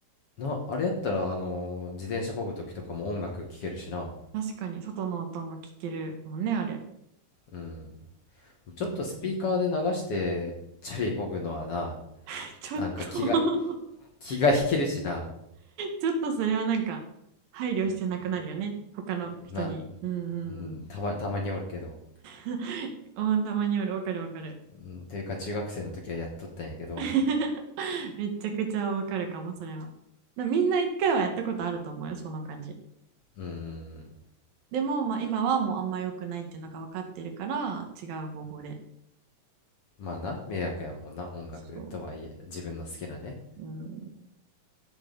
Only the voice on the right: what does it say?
確かに、外の音も聞けるもんね、あれ。
いいね
<laughs> ちょっと
ちょっとそれはなんか配慮してなくなるよね他の人にうんう
ん
うんうん <laughs> たまによるわかるわかる
<laughs> めちゃくちゃわかるかもそれはだみんな一回はやったことあると思うよその感じ
でも、まあ、今はもうあんま良くないっていうのが分かってるから違う方法で
そ
ううん